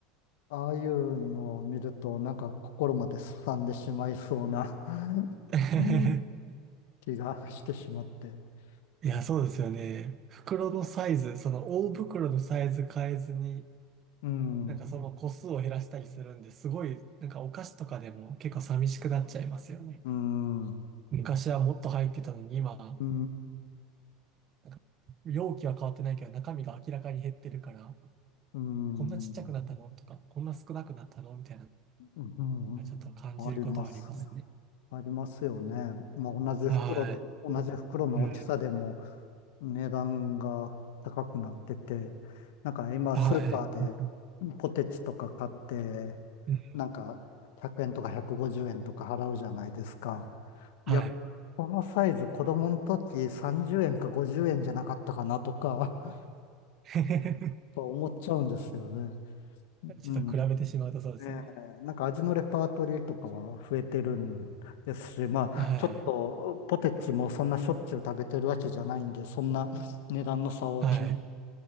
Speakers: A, on the left; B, on the right.
A: ああいうのを見ると、なんか心まで荒んでしまいそうな <laughs>
B: <laughs>
A: うん気がしてしまって。
B: いや、
A: うん、
B: そうですよね。袋のサイズ、その大袋のサイズ変えずに、
A: うん、
B: なんかその個数を減らしたりするんで、すごい、なんかお菓子とかでも結構寂しくなっちゃいますよね。
A: うん、
B: 昔はもっと入ってたのに、今、
A: う
B: なんか容器は変わってないけど、中身が明らかに減ってるから、
A: ん、
B: こんなちっちゃくなったのとか、こんな少なくなったのみたいなの
A: うん
B: がちょっと感じることはありますね。
A: ありますね。ありますよね。まあ、同じ袋で、
B: は
A: 同じ袋の大きさでも
B: い。うん。
A: 値段が高くなってて、なんか今スーパーで
B: はい。
A: ポテチとか買って、
B: うん
A: なんか100円とか150円とか払うじゃないですか。
B: はい。
A: いや、このサイズ子供の時30円か50円じゃなかったかなとか <laughs>
B: <laughs>
A: と思っちゃうんですよね。
B: ちょっと比べてしまうとそうですよね。
A: うん。ええなんか味のレパートリーとかは増えてるんですし、まあ、
B: はい。
A: ちょっとポテチもそんなしょっちゅう食べてるわけじゃないんで、そんな値段の差を気に
B: はい。